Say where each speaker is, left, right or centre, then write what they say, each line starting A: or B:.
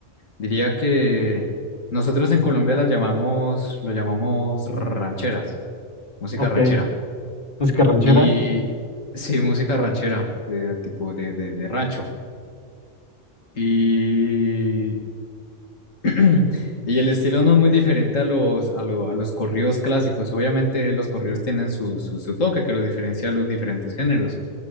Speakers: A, on the left; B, on the left.
A: Diría que nosotros en Colombia la llamamos, lo llamamos rancheras, música
B: ok.
A: ranchera.
B: Música ranchera.
A: Y sí, música ranchera, de tipo de, de, de rancho. Y, <clears throat> y el estilo no es muy diferente a los, a lo- a los corridos clásicos. Obviamente los corridos tienen su, su, su toque que los diferencia a los diferentes géneros